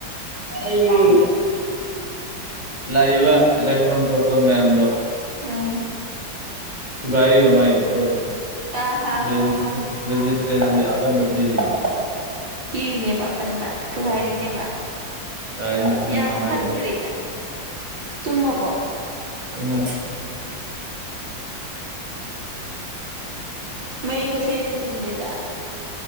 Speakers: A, on the right (about 20°); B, on the right (about 75°).
A: ꯃꯩ ꯃꯥꯡꯕꯒꯤ ꯂꯥꯛꯏꯕ ꯑꯦꯂꯦꯛꯇ꯭ꯔꯣꯟ ꯄ꯭ꯔꯣꯇꯣꯟ ꯃꯌꯥꯝꯗꯣ
B: ꯑꯥ
A: ꯊꯨꯒꯥꯏꯔꯤꯕ ꯃꯥꯒꯤ ꯐ꯭ꯂꯣꯔꯗ
B: ꯑꯥ ꯍꯥ
A: <unintelligible>
B: ꯍꯥ ꯍꯥ
A: ꯔꯦꯖꯤꯁꯇꯦꯟꯁ ꯍꯥꯏꯗꯤ ꯑꯄꯟꯕ ꯄꯤꯔꯤꯅꯤ
B: ꯄꯤꯔꯤꯅꯦꯕ ꯑꯄꯟꯕ ꯊꯨꯒꯥꯏꯔꯤꯅꯦꯕ
A: ꯎꯝ ꯀꯔꯥꯏꯗꯩꯅꯣ ꯃꯩ
B: ꯌꯥꯝ
A: ꯃꯥꯡꯍꯜꯂꯤ
B: ꯈꯪꯒ꯭ꯔꯦꯗ ꯆꯨꯝꯃꯕꯣ
A: ꯆꯨꯝꯕꯅꯦ
B: ꯃꯩ ꯈꯨꯁꯦꯝꯖꯦ ꯆꯨꯝꯗꯦꯗ